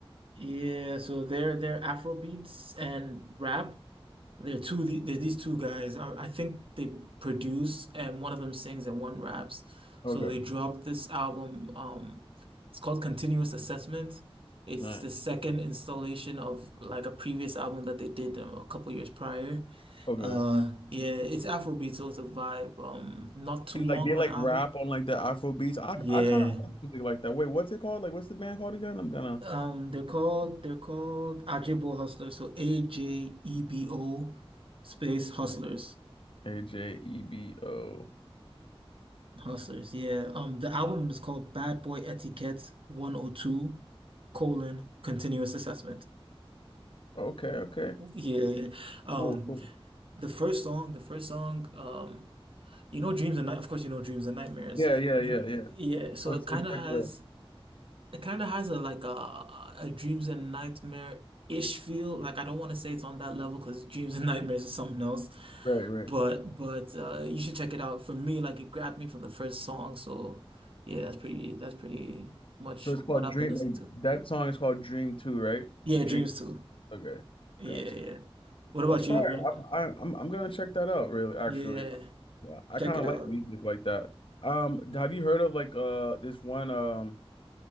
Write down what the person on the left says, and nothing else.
Okay.
Nice.
Okay.
And
like they
like
rap on like the Afro beats. I
I kind of like music like that. Wait, what's it called? Like what's the band called again? I'm gonna
A J E B O.
Okay, okay.
Cool, cool.
Yeah, yeah,
yeah, yeah.
So it's
it's
like
a
right, right.
So it's called
Dream
like
that song is called Dream 2, right?
Dream.
Okay.
Gotcha.
That's fire.
I'm, I- I'm I'm gonna check that out. Really, actually,
Yeah, I
kind
of
like music like that. Um, have you heard of like uh this one um